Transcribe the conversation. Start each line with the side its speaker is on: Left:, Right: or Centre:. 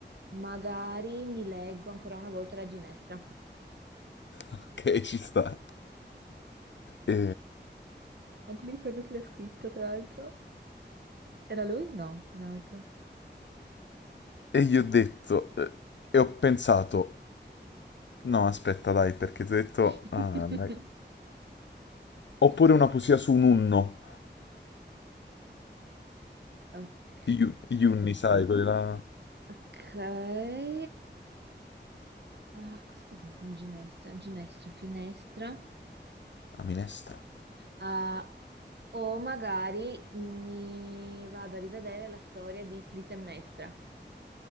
Right: magari mi leggo ancora una volta la ginestra.
Left: ok, ci sta. E,
Right: Manco mi ricordo chi l'ha scritto, tra l'altro. Era lui? No, un altro.
Left: e gli ho detto, eh, e ho pensato, no, aspetta, dai, perché ti ho detto,
Right: <laughs>
Left: ah, ma- oppure una poesia su un unno,
Right: Ok,
Left: gli u- gli unni, sai, quella,
Right: ok. Ah, cosa rima con ginestra? Ginestra, finestra.
Left: la minestra.
Right: Ah, o magari mi vado a rivedere la storia di Clitemnestra.